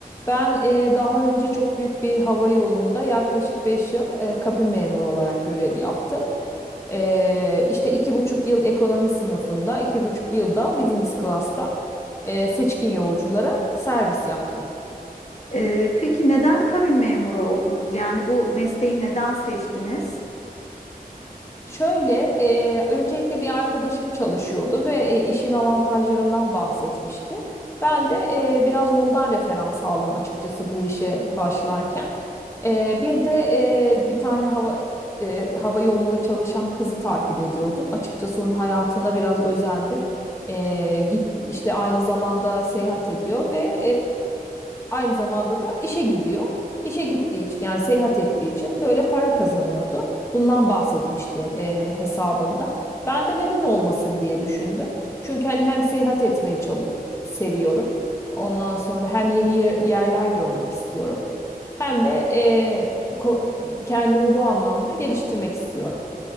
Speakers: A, on the left; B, on the left.
A: Ben e, daha önce çok büyük bir hava yolunda yaklaşık 5 yıl e, kabin memuru olarak görev yaptım. E, işte iki buçuk yıl ekonomi sınıfında, iki buçuk yılda business class'ta e, seçkin yolculara servis yaptım.
B: E, peki neden kabin memuru oldunuz? Yani bu mesleği neden seçtiniz?
A: Şöyle, e, öncelikle bir arkadaşım çalışıyordu ve e, işin avantajlarından bahsetmişti. Ben de e, biraz ondan referans aldım açıkçası bu işe başlarken. E, bir de e, bir tane hava e, hava yolunda çalışan kızı takip ediyordum. Açıkçası onun hayatına biraz özendim. E, git işte aynı zamanda seyahat ediyor ve Aynı zamanda da işe gidiyor. İşe gittiği için yani seyahat ettiği için böyle para kazanıyordu. Bundan bahsetmişti e, hesabında. Ben de neden olmasın diye düşündüm. Çünkü hani hem seyahat etmeyi çalı- seviyorum. Ondan sonra hem yeni yer- yerler görmek istiyorum. Hem de e, ko- kendimi bu anlamda geliştirmek istiyorum.